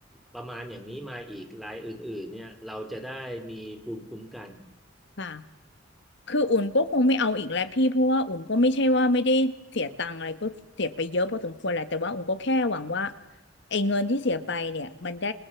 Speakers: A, in the centre; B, on the left.
A: ประมาณอย่างนี้มาอีกรายอื่นๆเนี่ยเราจะได้มีภูมิคุ้มกัน
B: ค่ะ คืออุ่นก็คงไม่เอาอีกแล้วพี่เพราะว่าอุ่นก็ไม่ใช่ว่าไม่ได้เสียตังค์อะไรก็เสียไปเยอะพอสมควรแหละแต่ว่าอุ่นก็แค่หวังว่าไอ้เงินที่เสียไปเนี่ยมันได้